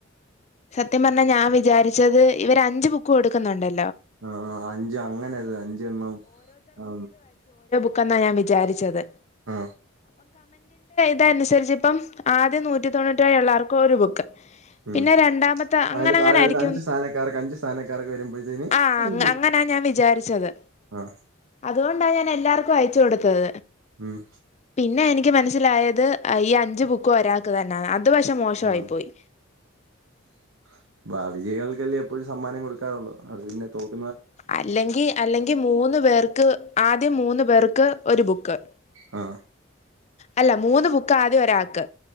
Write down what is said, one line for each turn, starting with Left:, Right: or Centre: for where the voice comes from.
Left: സത്യം പറഞ്ഞാ ഞാൻ വിചാരിച്ചത് ഇവര് അഞ്ച് ബുക്ക് ഒടുക്കുന്നുണ്ടായിരുന്നു
Right: ആ ആ അഞ്ച് അങ്ങനെ ത് അഞ്ചെണ്ണം ആ
Left: <unintelligible> ഞാവിചാരിച്ചത്
Right: ആ
Left: ത്തെ അനുസരിച്ചിപ്പം ആദ്യം നൂറ്റി തൊണ്ണൂറ്റെഴ്ള്ളോർക്ക് ഒരു ബുക്ക്
Right: ഉം
Left: പിന്നെ രണ്ടാമത്തെ അങ്ങനങ്ങനാരിക്കും
Right: അതിന്റെ താഴെ വരുന്ന അഞ്ച് സ്ഥാനക്കാർക്ക് അഞ്ച് സ്ഥാനക്കാർക്ക് വരുമ്പോഴത്തേന്
Left: ആ
Right: അഞ്ച്
Left: അങ്ങനാ ഞാൻ വിചാരിച്ചത്
Right: ആ
Left: അതുകൊണ്ടാ ഞാൻ എല്ലാർക്കും അയക് <unintelligible> കൊടുത്തത്
Right: ഉം
Left: പിന്നെയെനിക് ക്ക് മനസിലായത് ഈ അഞ്ച് ബുക്കും ഒരാക്ക് തന്നാന്ന് അത് ഇതു പഷെ മോശവായി
Right: ആ
Left: പോയി
Right: <unintelligible> എപ്പോഴും സമ്മാനം കൊടുക്കാറുള്ളു അത് പിന്നെ തോക്
Left: അല്ലെങ്കി അല്ലെങ്കി മൂന്ന് പേർക്ക് ആദ്യം മൂന്ന് പേർക്ക് ഒരു ബുക്ക്
Right: ആ
Left: അല്ല മൂന്ന് ബുക്ക് ആദ്യം ഒരാക്ക്